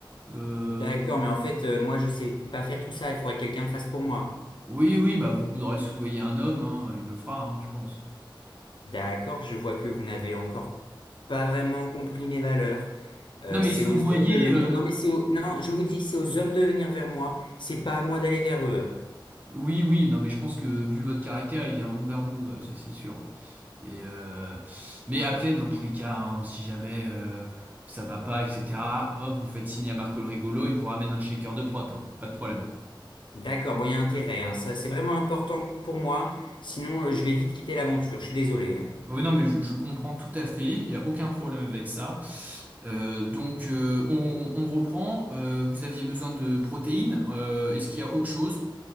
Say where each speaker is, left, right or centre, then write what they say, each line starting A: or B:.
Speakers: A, on the right; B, on the left.
A: Euh,
B: D'accord, mais en fait, euh, moi, je sais pas faire tout ça, il faudrait que quelqu'un le fasse pour moi.
A: oui, oui, bah vous pourrez soudoyer un homme, hein, il le fera, hein, je pense.
B: D'accord, je vois que vous n'avez encore pas vraiment compris mes valeurs. Euh,
A: Non, mais
B: c'est
A: soudoyer,
B: aux hommes de venir.
A: euh,
B: Non, mais c'est aux... Non, je vous dis, c'est aux hommes de venir vers moi, c'est pas à moi d'aller vers eux.
A: oui, oui, non, mais je pense que vu votre caractère, ils viendront vers vous, ouais, ça c'est sûr. Et, euh, mais après, dans tous les cas, hein, si jamais euh, ça va pas, etc., hop, vous faites signe à Marco le rigolo, il vous ramène un shaker de prot, hein, pas de problème.
B: D'accord, bon, il y a intérêt, hein. Ça, c'est vraiment important pour moi. Sinon, euh, je vais vite quitter l'aventure. Je suis désolé, hein.
A: Oui, non, mais je, je comprends tout à fait, il n'y a aucun problème avec ça. Euh, donc, euh, on, on reprend. Euh, vous aviez besoin de protéines. Euh, est-ce qu'il y a autre chose